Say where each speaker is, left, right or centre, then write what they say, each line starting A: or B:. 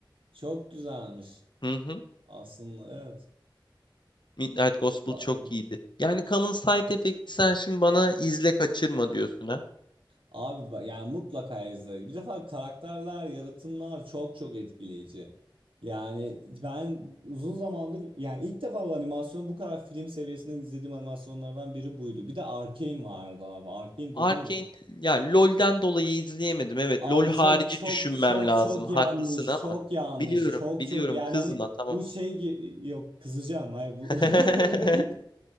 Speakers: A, on the right (about 85°); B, on the left (about 60°).
A: Çok güzelmiş
B: Hı hı.
A: aslında evet.
B: Midnight Gospel
A: Vay.
B: çok iyiydi. Yani Common Side efekti sen şimdi bana izle kaçırma diyorsun ha.
A: Abi ba- yani mutlaka izle. Bir defa karakterler, yaratımlar çok çok etkileyici. Yani ben uzun zamandır yani ilk defa bu animasyonu bu kadar film seviyesinde izlediğim animasyonlardan biri buydu. Bir de Arcane vardı abi. Arcane
B: Arcane
A: duydun mu?
B: ya LoL'den dolayı izleyemedim. Evet
A: Abi
B: LoL harici
A: çok çok
B: düşünmem
A: çok
B: lazım.
A: çok
B: Haklısın
A: yanlış.
B: ama
A: Çok yanlış.
B: biliyorum
A: Çok
B: biliyorum
A: çok yani
B: kızma
A: hani
B: tamam.
A: bu şey gi- yok kızacağım. Hayır bu
B: <laughs>
A: <laughs>